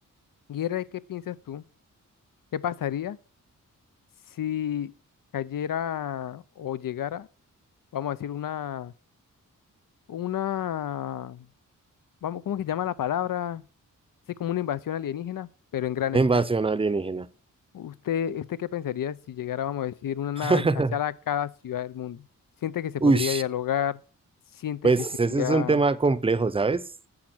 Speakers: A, on the left; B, on the right.
A: y era de qué piensas tú, qué pasaría si cayera o llegara, vamos a decir, una, una, vamos, ¿cómo que llama la palabra? Sí, como una invasión alienígena, pero en gran
B: una
A: escala.
B: invasión alienígena.
A: ¿Usted, usted qué pensaría si llegara, vamos a decir, una nave
B: <laughs>
A: espacial a cada ciudad del mundo? ¿Siente que se
B: Uy,
A: podría dialogar? ¿Siente
B: pues
A: que sería...
B: ese es un tema complejo, ¿sabes?